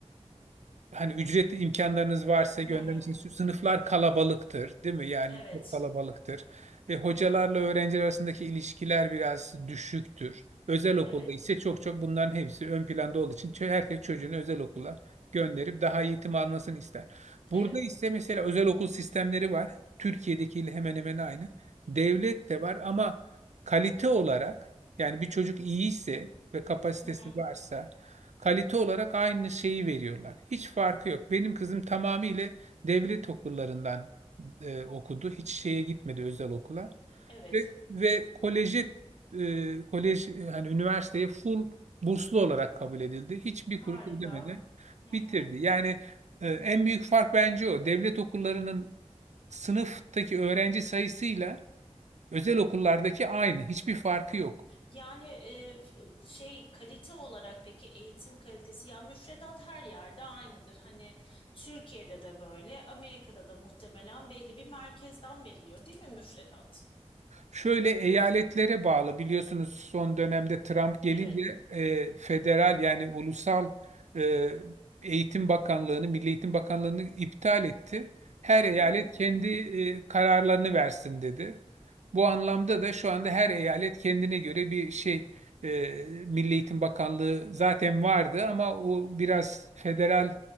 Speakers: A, on the right (about 75°); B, on the left (about 45°).
A: hani ücretli imkanlarınız varsa göndermişsiniz.
B: Hı.
A: Sınıflar kalabalıktır, değil mi? Yani
B: Evet,
A: çok kalabalıktır. E, hocalarla öğrenciler arasındaki ilişkiler biraz düşüktür. Özel okulda
B: evet,
A: ise çok çok bunların hepsi ön planda olduğu için çö- herkes çocuğunu özel okula gönderip daha iyi eğitim almasını ister. Burada
B: evet.
A: ise mesela özel okul sistemleri var. Türkiye'dekiyle hemen hemen aynı. Devlet de var ama kalite olarak yani bir çocuk iyiyse ve kapasitesi
B: Hı hı,
A: varsa kalite olarak aynı şeyi veriyorlar. Hiç farkı yok. Benim kızım tamamıyla devlet okullarından e, okudu. Hiç şeye gitmedi özel okula.
B: evet.
A: Ve, ve koleji e, kolej e, hani üniversiteye full burslu olarak kabul edildi. Hiçbir
B: Harika.
A: kuruş ödemeden
B: Hı
A: bitirdi.
B: hı.
A: Yani e, en büyük fark bence o. Devlet okullarının sınıftaki öğrenci sayısıyla özel okullardaki aynı. Hiçbir farkı yok.
B: Yani e, f- e, şey kalite olarak peki eğitim kalitesi ya müfredat her yerde aynıdır. Hani Türkiye'de de böyle, Amerika'da da muhtemelen belli bir merkezden veriliyor, değil mi müfredat?
A: Şöyle eyaletlere bağlı biliyorsunuz son dönemde Trump gelince
B: Evet.
A: e, federal yani ulusal e, Eğitim Bakanlığı'nı, Milli Eğitim Bakanlığı'nı iptal etti. Her eyalet
B: Hmm.
A: kendi e, kararlarını versin dedi. Bu anlamda da şu anda her eyalet kendine göre bir şey e, Milli Eğitim Bakanlığı zaten vardı ama o biraz federal